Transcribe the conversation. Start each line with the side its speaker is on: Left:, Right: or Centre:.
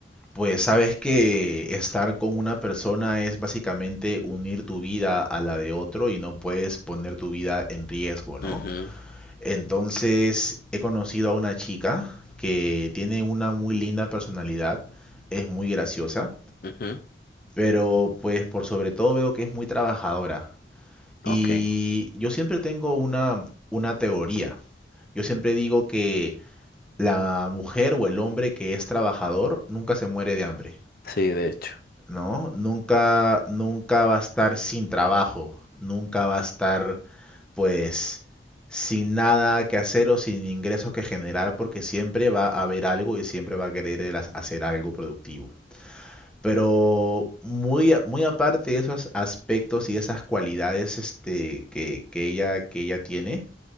Centre: pues sabes que estar con una persona es básicamente unir tu vida a la de otro y no puedes poner tu vida en riesgo, ¿no?
Left: Mhm,
Centre: Entonces he conocido a una chica que tiene una muy linda personalidad, es muy graciosa,
Left: mhm,
Centre: pero pues por sobre todo veo que es muy trabajadora.
Left: ok,
Centre: Y yo siempre tengo una, una teoría. Yo siempre digo que la mujer o el hombre que es trabajador nunca se muere de hambre,
Left: sí, de hecho.
Centre: ¿no? Nunca, nunca va a estar sin trabajo, nunca va a estar, pues, sin nada que hacer o sin ingresos que generar, porque siempre va a haber algo y siempre va a querer el ha- hacer algo productivo. Pero muy, a- muy aparte de esos aspectos y esas cualidades este, que, que ella, que ella tiene,